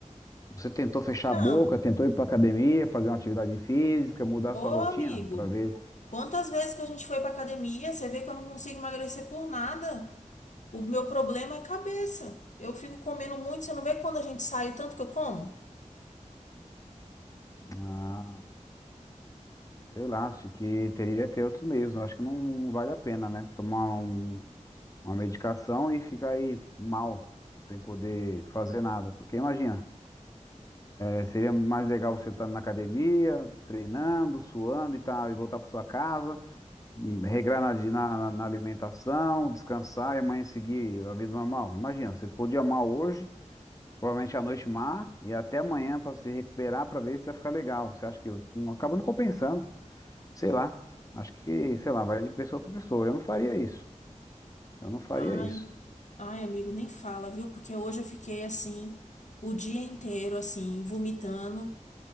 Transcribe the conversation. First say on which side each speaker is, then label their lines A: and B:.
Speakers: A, on the left; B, on the left.
A: Você tentou fechar
B: Não.
A: a boca, tentou ir para academia, fazer uma atividade física, mudar
B: Ô,
A: a sua rotina
B: amigo,
A: para ver.
B: quantas vezes que a gente foi para academia, você vê que eu não consigo emagrecer por nada. O meu problema é cabeça. Eu fico comendo muito, você não vê quando a gente sai o tanto que eu como?
A: Ah, sei lá, acho que teria que ter outros meios. né? Acho que não, não vale a pena, né? Tomar um- uma medicação e ficar aí mal, sem poder fazer nada. Porque imagina, É, seria mais legal você estar na academia, treinando, suando e, tá, e voltar para sua casa, hum, regrar na, di- na- na- na alimentação, descansar e amanhã seguir a vida normal. Imagina, você ficou o dia mal hoje, provavelmente a noite má, e até amanhã para se recuperar para ver se vai ficar legal. Você acha que não- acaba não compensando? Sei lá. Acho que, sei lá, vai de pessoa para pessoa. Eu não faria isso. Eu não faria
B: Ai,
A: isso.
B: ai, amigo, nem fala, viu? Porque hoje eu fiquei assim, o dia inteiro, assim, vomitando